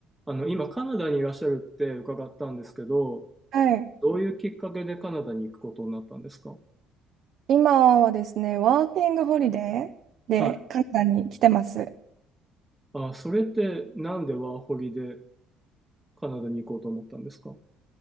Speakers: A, in the centre; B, on the right.
A: あの、今カナダにいらっしゃるって伺ったんですけど、
B: はい。
A: どういうきっかけでカナダに行くことになったんですか
B: 今はですね、ワーキングホリデーでカナダに来てます。
A: はい。あ、それってなんでワーホリでカナダに行こうと思ったんですか